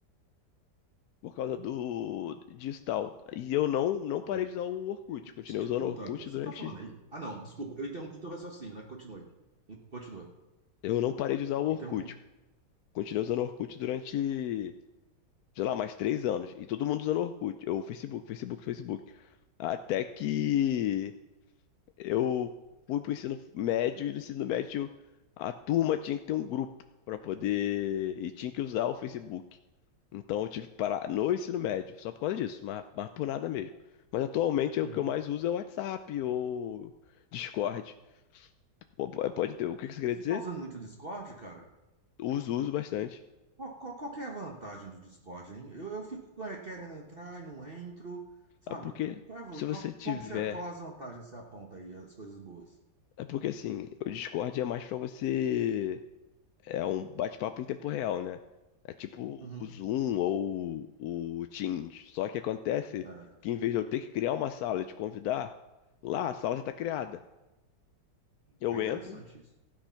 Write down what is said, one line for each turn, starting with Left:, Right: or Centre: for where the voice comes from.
Left: por causa do disso tal. E eu não, não parei
Right: é.
Left: de usar o Orkut.
Right: Deixa
Left: Continuei
Right: eu te
Left: usando
Right: perguntar
Left: o Orkut
Right: uma coisa.
Left: durante.
Right: Você tá falando aí? Ah, não, desculpa, eu interrompi teu raciocínio, né? Continue. In- Continua.
Left: Eu não parei de usar o Orkut.
Right: Interrompi.
Left: Continuei usando o Orkut durante sei lá, mais três anos. E todo mundo usando Orkut, ou Facebook, Facebook, Facebook. Até que eu fui pro ensino médio e no ensino médio a turma tinha que ter um grupo para poder. E tinha que usar o Facebook. Então eu tive que parar no ensino médio, só por causa disso, mas, mas por nada mesmo. Mas atualmente
Right: Uhum.
Left: o que eu mais uso é o WhatsApp ou Discord. Pô, Pode ter, o que que você queria
Right: Você
Left: dizer?
Right: tá usando muito o Discord, cara?
Left: Uso, uso bastante.
Right: Qual, qual, qual que é a vantagem do Discord, hein? Eu, eu fico é, querendo entrar e não entro, sabe?
Left: Ah, Porque
Right: Qual, é a-
Left: se você
Right: qual,
Left: tiver
Right: como que você, qual as vantagens que você aponta aí, as coisas boas?
Left: É porque assim, o Discord é mais pra você. É um bate-papo em tempo real, né? É tipo
Right: Uhum,
Left: o Zoom ou o Teams. Só que acontece
Right: certo.
Left: que em vez de eu ter que criar uma sala e te convidar, lá a sala já tá criada. Eu
Right: É interessante
Left: entro,
Right: isso.